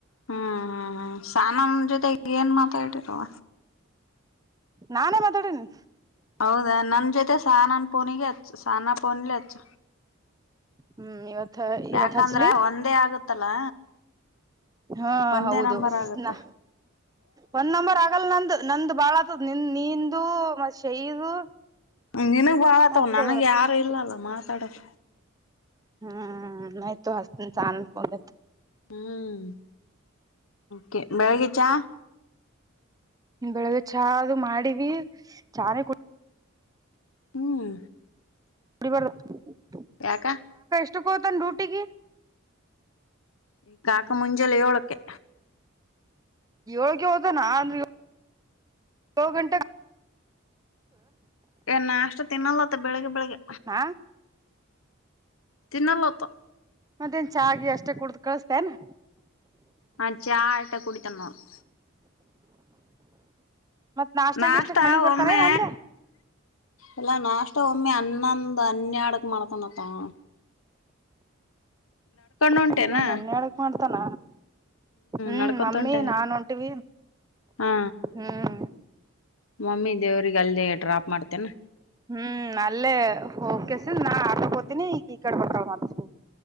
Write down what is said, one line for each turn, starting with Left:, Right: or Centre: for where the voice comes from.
Left: ಹ್ಮ್ ಹ್ಮ್ ಹ್ಮ್ ಸಾನಮ ಜೊತೆಗೆ ಏನ್ ಮಾತಾಡಿರವ.
Right: ನಾನೇ ಮಾತಾಡೇನಿ.
Left: ಹೌದಾ ನನ್ ಜೊತೆ ಸಾನ ಪೋನಗೆ ಸನ ಪೋನಲ್ಲ ಅಚ್.
Right: ಹ್ಮ್ ಇವತ್.
Left: ಯಾಕಂದ್ರ
Right: ಇವತ್ ಹಚ್ಲಿ
Left: ಒಂದೇ ಆಗತ್ತಲ್ಲ.
Right: ಹಾ
Left: ಒಂದೇ
Right: ಹೌದುನಾ.
Left: ನಂಬರ್ ಆಗುತ್ತೆ
Right: ಒಂದ್ ನಂಬರ್ ಆಗಲ್ ನಂದು ನಂದು ಬಾಳ ಆತದ ನಿಂದ ನಿಂದು ಮ ಶೈದು.
Left: ನಿನಗ್ ಬಾಳ ಆತವ
Right: ಮತ್
Left: ನನಗ್ ಯಾರು ಇಲ್ಲಲ್ಲ ಮಾತಾಡದ.
Right: ಹ್ಮ್ ಆಯ್ತು ಹಸತ. <unintelligible>
Left: ಹ್ಮ್ ಕೆ ಬೆಳಗ ಚಾ.
Right: ಬೆಳಗ್ಗೆ ಚಾ ಅದು ಮಾಡೀವಿ ಚಾನೆ ಕು.
Left: ಹ್ಮ್.
Right: ಕುಡಿ ಬಾರ <unintelligible>
Left: ಯಾಕಾ.
Right: ಇಷ್ಟು ಕೊತನಾ ಡ್ಯಟಿಗೆ.
Left: ಈ ಕಾಕಾ ಮುಂಜಲೆಯೋಳಕ್ಕೆ.
Right: ಏಳಗೆ ಹೋದನಾ ಅಂದ ಗಂಟೆಗೆ.
Left: ಏನ್ ಅಷ್ಟ ತಿನ್ನಲ್ಲತ್ತ ಬೆಳಿಗ್ ಬೆಳಿಗ್ಗೆ.
Right: ಹಾ
Left: ತಿನ್ನಲ್ಲಪ್ಪಾ.
Right: ಮತ್ತೇನ್ ಚಾಗಿ ಅಷ್ಟೇ ಕುಡ್ದು ಕಳಸ್ತೇನಾ.
Left: ಅ ಚಾ ಆಟ ಕುಡಿತನಾ ನೋಡು.
Right: ಮತ್ ನಾಷ್ಟಾಗಿ
Left: ನಾಷ್ಟಾ
Right: ಇಷ್ಟಕ್ ಮನಿಗ್ ಬರ್ತಾರೇನ್
Left: ಒಮ್ಮೆ
Right: ಅಲ್ಲೇ
Left: ಎಲ್ಲಾ ನಾಷ್. ಮತ್ತ್ ಒಮ್ಮೆ ಹನ್ನೊಂದ್ ಹನ್ನೆರಡಕ್ ಮಾಡ್ತನಪ್ಪ ಅವನ್ ಹೊಂಟೇನಾ
Right: ಹನ್ನೊಂದು ಹನ್ನೇರಡಕ್ ಮಾಡ್ತಾನ ಹ್ಮ್
Left: ನಡ್ಕೊಂತ
Right: ಮಮ್ಮಿ
Left: ಹೊಂಟೆ
Right: ನಾನ್ ಹೊಂಟೀವಿ
Left: ಹಾ
Right: ಹ್ಮ್
Left: ಮಮ್ಮಿ ದೇವ್ರಿಗೆ ಅಲ್ದೆೇ ಡ್ರಾಪ್ ಮಾಡ್ತೇನಾ
Right: ಹ್ಮ್ ಅಲ್ಲೇ ಓಕೆಸಿಲ್ ನಾ ಆಟಕೋತೀನಿ ಈಕ್ ಈ ಕಡೆ ಬರತ್ತಾಳ್ ಮತ್